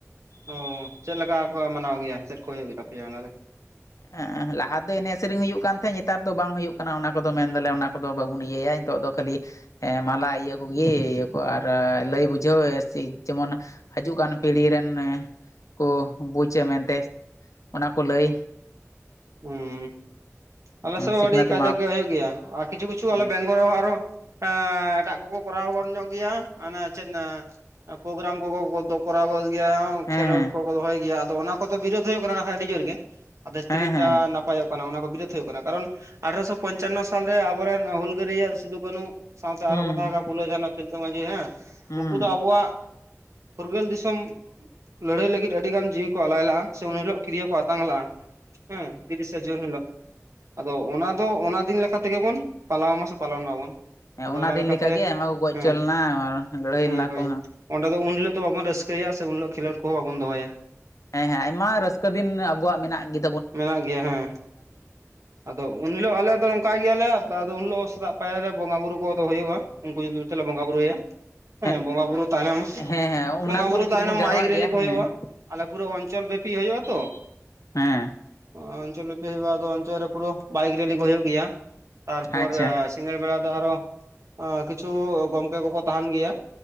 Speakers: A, on the right; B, on the left.
A: ᱦᱚᱸ ᱪᱮᱜ ᱞᱮᱠᱟ ᱠᱚ ᱢᱟᱱᱟᱣ ᱜᱮᱭᱟ ᱪᱮᱜ ᱠᱚ ᱦᱩᱭᱩᱜ ᱜᱮᱛᱟᱯᱮᱭᱟ ᱚᱱᱟᱨᱮ᱾
B: ᱮᱸ ᱞᱟᱦᱟ ᱛᱮ ᱮᱱᱮᱡ ᱥᱮᱨᱮᱧ ᱦᱩᱭᱩᱜ ᱠᱟᱱ ᱛᱟᱦᱮᱸᱫ ᱱᱮᱛᱟᱨ ᱫᱚ ᱵᱟᱝ ᱦᱩᱭᱩᱜ ᱠᱟᱱᱟ ᱚᱱᱟ ᱠᱚᱫᱚ ᱢᱮᱱᱫᱟᱞᱮ ᱚᱱᱟ ᱠᱚᱫᱚ ᱵᱟᱵᱚᱱ ᱤᱭᱟᱹᱭᱟ᱾ ᱱᱤᱛᱚᱜ ᱫᱚ ᱠᱷᱟᱹᱞᱤ ᱮ ᱢᱟᱞᱟ ᱤᱭᱟᱹ ᱠᱚᱜᱮ ᱤᱭᱟᱹ ᱠᱚ ᱟᱨ ᱞᱟᱹᱭ ᱵᱩᱡᱷᱟᱹᱣ ᱥᱮ ᱡᱮᱢᱚᱱ, ᱦᱟᱹᱡᱩᱜ ᱠᱟᱱ ᱯᱤᱲᱦᱤ ᱨᱮᱱ ᱠᱚ ᱵᱩᱡᱟ ᱢᱮᱱᱛᱮ ᱚᱱᱟᱠᱚ ᱞᱟᱹᱭ
A: ᱦᱩᱸ ᱟᱞᱮᱥᱮ ᱦᱚᱸ
B: ᱥᱤᱠᱷᱱᱟᱹᱛ
A: ᱟᱹᱰᱤ ᱠᱟᱡᱟᱠ
B: ᱮᱢᱟ
A: ᱜᱮ ᱦᱩᱭᱩᱜ ᱜᱮᱭᱟ ᱟᱨ ᱠᱤᱪᱷᱩ ᱠᱤᱪᱷᱩ
B: ᱦᱮᱸ
A: ᱟᱞᱮ ᱵᱮᱝᱜᱚᱞ ᱨᱮᱦᱚᱸ ᱟᱨᱚ, ᱮᱸ ᱮᱴᱟᱜ ᱠᱚᱠᱚ ᱠᱚᱨᱟᱣ ᱧᱚᱜ ᱜᱮᱭᱟ ᱟᱱᱮ ᱪᱮᱫ ᱯᱨᱳᱜᱨᱟᱢ ᱠᱚᱻᱠᱚ ᱫᱚ ᱠᱚᱨᱟᱣ ᱜᱚᱫ ᱜᱮᱭᱟ
B: ᱦᱮᱸ
A: ᱠᱷᱮᱞᱚᱰ ᱠᱚᱠᱚ ᱫᱚᱦᱚᱭ ᱜᱮᱭᱟ ᱟᱫᱚ ᱚᱱᱟ ᱠᱚᱫᱚ ᱵᱤᱨᱳᱫ ᱦᱩᱭᱩᱜ ᱠᱟᱱᱟ ᱟᱹᱰᱤ ᱡᱚᱨ ᱜᱮ᱾
B: ᱦᱮᱸ
A: ᱛᱤᱱᱟᱹᱜᱴᱟ
B: ᱦᱮᱸ
A: ᱱᱟᱯᱟᱭᱚᱜ ᱠᱟᱱᱟ ᱚᱱᱟ ᱠᱚ ᱵᱤᱨᱳᱫᱷ ᱦᱩᱭᱩᱜ ᱠᱟᱱᱟ ᱠᱟᱨᱚᱱ ᱟᱴᱷᱨᱚᱥᱚ ᱯᱚᱧᱪᱟᱱᱚ ᱥᱟᱞᱨᱮ ᱟᱵᱚᱨᱮᱱ ᱦᱩᱞᱜᱟᱹᱨᱭᱟ. ᱥᱤᱫᱩ ᱠᱟᱹᱱᱩ ᱥᱟᱶᱛᱮ ᱟᱨᱚ
B: ᱦᱩᱸ
A: ᱠᱚ ᱛᱟᱦᱮᱸ ᱠᱟᱱ ᱯᱩᱞᱟᱹ ᱡᱷᱟᱱᱚ ᱛᱤᱞᱠᱟᱹ ᱢᱟᱺᱡᱷᱤ ᱦᱮᱸ
B: ᱦᱩᱸ
A: ᱱᱩᱠᱩ ᱫᱚ ᱟᱵᱚᱣᱟᱜ, ᱯᱷᱩᱨᱜᱟᱹᱞ ᱫᱤᱥᱚᱢ ᱞᱟᱹᱲᱦᱟᱹᱭ ᱞᱟᱹᱜᱤᱫ ᱟᱹᱰᱤᱜᱟᱱ ᱡᱤᱣᱤ ᱠᱚ ᱟᱞᱟᱭ ᱞᱟᱜᱼᱟ ᱥᱮ ᱩᱱ ᱦᱤᱞᱳ ᱠᱤᱨᱭᱟᱹ ᱠᱚ ᱟᱛᱟᱝ ᱞᱟᱜᱼᱟ᱾ ᱦᱮᱸ ᱛᱤᱨᱤᱥᱮ ᱡᱩᱱ ᱦᱤᱞᱚᱜ, ᱟᱫᱚ ᱚᱱᱟ ᱫᱚ ᱚᱱᱟ ᱫᱤᱱ ᱞᱮᱠᱟ ᱛᱮᱜᱮᱵᱚᱱ ᱯᱟᱞᱟᱣ ᱢᱟ ᱥᱮ ᱯᱟᱞᱚᱱ ᱢᱟᱵᱚᱱ᱾
B: ᱦᱮᱸ
A: ᱟᱫᱚ
B: ᱚᱱᱟ ᱫᱤᱱ
A: ᱞᱮᱠᱟᱛᱮ
B: ᱞᱮᱠᱟᱜᱮ ᱟᱭᱢᱟ ᱠᱚ ᱜᱚᱡ
A: ᱦᱮᱸ
B: ᱦᱚᱪᱚ ᱞᱮᱱᱟ ᱟᱨ ᱞᱟᱹᱲᱦᱟᱹᱭ ᱞᱮᱱᱟ
A: ᱦᱳᱭ ᱦᱳᱭ
B: ᱠᱚ
A: ᱚᱸᱰᱮ ᱫᱚ ᱩᱱ ᱦᱤᱞᱳᱜ ᱫᱚ ᱵᱟᱵᱚᱱ ᱨᱟᱹᱥᱠᱟᱹᱭᱟ ᱥᱮ ᱩᱱ ᱦᱤᱞᱚᱜ ᱠᱷᱮᱞᱚᱰ ᱠᱚᱦᱚᱸ ᱵᱟᱵᱚᱱ ᱫᱚᱦᱚᱭᱟ᱾
B: ᱦᱮᱸ ᱦᱮᱸ ᱟᱭᱢᱟ ᱨᱟᱹᱥᱠᱟᱹ ᱫᱤᱱ ᱟᱵᱚᱣᱟᱜ ᱢᱮᱱᱟᱜ ᱜᱮ
A: ᱢᱮᱱᱟᱜ ᱜᱮᱭᱟ ᱦᱮᱸ᱾ ᱟᱫᱚ ᱩᱱ ᱦᱤᱞᱚᱜ ᱟᱞᱮᱫᱚ ᱱᱚᱝᱠᱟ ᱜᱮᱭᱟᱞᱮ ᱟᱫᱚ ᱩᱱᱤᱞᱳᱜ ᱥᱮᱛᱟᱜ ᱯᱟᱭᱟᱨᱮ ᱵᱚᱸᱜᱟ ᱵᱩᱨᱩ ᱠᱚᱫᱚ ᱦᱩᱭᱩᱜᱼᱟ, ᱩᱱᱠᱩ ᱧᱩᱛᱩᱢ ᱛᱮᱞᱮ ᱵᱚᱸᱜᱟ ᱵᱩᱨᱩᱭᱟ᱾
B: <inaudible>
A: ᱦᱮᱸ ᱵᱚᱸᱜᱟ ᱵᱩᱨᱩ ᱛᱟᱭᱱᱚᱢ
B: ᱦᱮᱸ ᱦᱮᱸ ᱚᱱᱟ
A: ᱵᱚᱸᱜᱟ
B: ᱠᱚ
A: ᱵᱩᱨᱩ
B: ᱞᱟᱹᱜᱤᱫ
A: ᱛᱟᱭᱱᱚᱢ
B: ᱫᱚᱵᱚᱱ ᱡᱟᱨᱣᱟᱜ
A: ᱵᱟᱭᱤᱠ ᱨᱮᱞᱤ
B: ᱜᱮᱭᱟ
A: ᱠᱚ
B: ᱦᱮᱸ
A: ᱦᱩᱭᱩᱜᱼᱟ᱾ ᱟᱞᱮ ᱯᱩᱨᱟᱹᱣ ᱚᱧᱪᱚᱞ ᱵᱮᱯᱤ ᱦᱩᱭᱩᱜᱼᱟ ᱛᱚ᱾
B: ᱦᱮᱸ
A: ᱚᱧᱪᱚᱞ ᱵᱤᱯᱤ ᱦᱩᱭᱩᱜᱼᱟ, ᱚᱧᱪᱚᱞ ᱨᱮ ᱯᱩᱨ ᱵᱟᱭᱤᱠ ᱨᱮᱞᱤ ᱠᱚ ᱦᱚ ᱦᱩᱭᱩᱜ ᱜᱮᱭᱟ ᱛᱟᱨᱯᱚᱨ,
B: ᱟᱪᱪᱷᱟ
A: ᱥᱤᱸᱜᱟᱲ ᱵᱮᱲᱟ ᱫᱚ ᱟᱨᱦᱚᱸ ᱠᱤᱪᱷᱩ ᱜᱚᱝᱠᱮ ᱠᱚᱠᱚ ᱛᱟᱦᱮᱱ ᱜᱮᱭᱟ